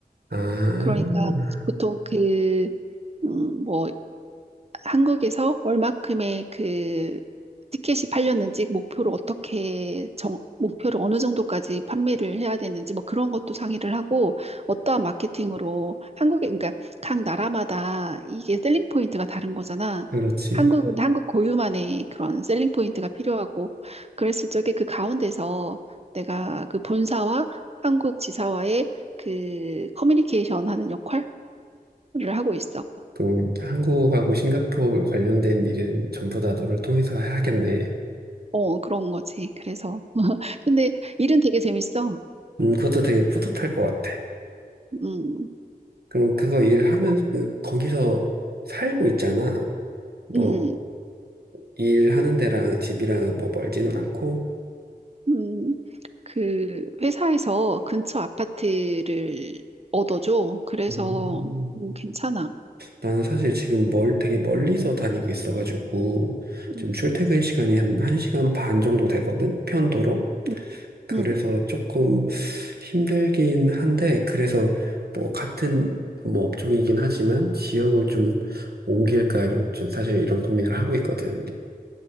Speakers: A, on the right; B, on the right.
A: 아,
B: 그러니까 보통 그, 음, 뭐 한국에서 얼마큼의 그 티켓이 팔렸는지 목표를 어떻게 정, 목표를 어느 정도까지 판매를 해야 되는지 뭐 그런 것도 상의를 하고 어떠한 마케팅으로 한국에 그러니까 각 나라마다 이게 셀링 포인트가 다른 거잖아.
A: 그렇지.
B: 한국은 한국 고유만의 그런 셀링 포인트가 필요하고 그랬을 적에 그 가운데서 내가 그 본사와 한국 지사와의 그 커뮤니케이션 하는 역할을 하고 있어.
A: 그럼 한국하고 싱가포르 관련된 일은 전부 다 너를 통해서 해야겠네.
B: 어, 그런 거지. 그래서 근데 일은 되게 재밌어.
A: 음, 그것도 되게 뿌듯할 것 같아.
B: 음,
A: 그럼 그거 일하면,
B: 그,
A: 음, 거기서 살고 있잖아. 뭐,
B: 음, 음,
A: 일하는 데랑 집이랑 뭐 멀지는 않고.
B: 음. 그 회사에서 근처 아파트를 얻어줘. 그래서
A: 음.
B: 음, 괜찮아.
A: 나는 사실 지금 멀, 되게 멀리서 다니고 있어가지고,
B: 음,
A: 지금 출퇴근 시간이 한 1시간 반 정도 되거든? 편도로.
B: 음.
A: 그래서
B: 음.
A: 조금 힘들긴 한데, 그래서 뭐 같은 뭐 업종이긴 하지만, 지역을 좀 옮길까, 이런, 좀 사실 이런 고민을 하고 있거든.